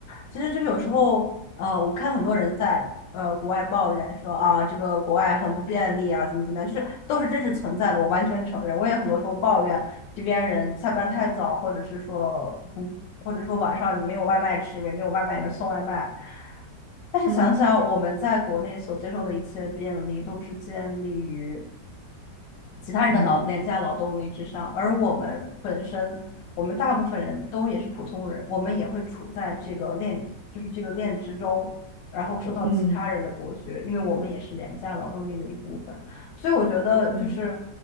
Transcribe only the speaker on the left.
其实就是有时候，呃，我看很多人在呃国外抱怨说啊，这个国外很不便利啊，怎么怎么样，就是都是真实存在的，我完全承认，我也很多时候抱怨这边人下班太早，或者是说不，或者说晚上没有外卖吃，因为没有外卖人送外卖。但是想想我们在国内所接受的一切便利，
都是建立于。其他人的劳廉价劳动力之上，
而我们本身，我们大部分人都也是普通人，我们也会处在这个链，就是这个链之中，然后受到其他人的剥削，
因为我们也是廉价劳动力的一部分，所以我觉得就是，